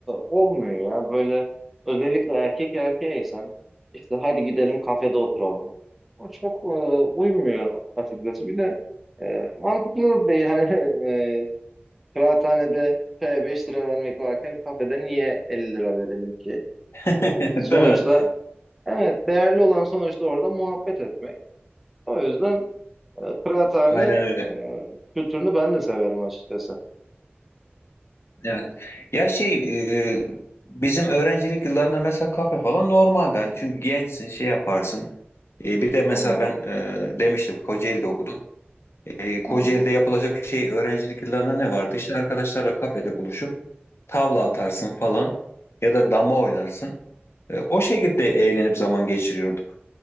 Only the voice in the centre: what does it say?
olmuyor ya böyle özellikle erkek erkeğeysen işte hadi gidelim kafede oturalım. O çok e, uymuyor açıkçası. Bir de e, mantıklı değil. <laughs> Hani e, kıraathanede çaya 5 lira vermek varken kafede niye 50 lira verelim ki?
Sonuçta
Evet, değerli olan sonuçta orada muhabbet etmek. O yüzden e, kıraathane
e, kültürünü ben de severim açıkçası.
Hı hı,
hı hı.